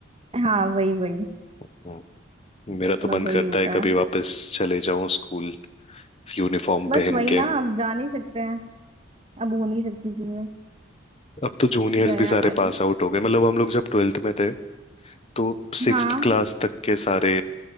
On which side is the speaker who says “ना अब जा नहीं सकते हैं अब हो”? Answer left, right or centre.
Right